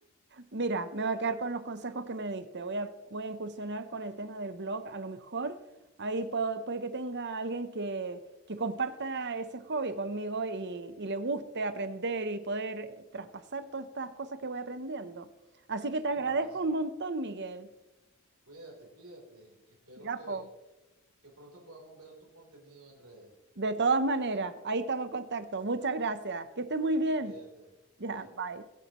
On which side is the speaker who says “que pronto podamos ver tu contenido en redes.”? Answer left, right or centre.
Right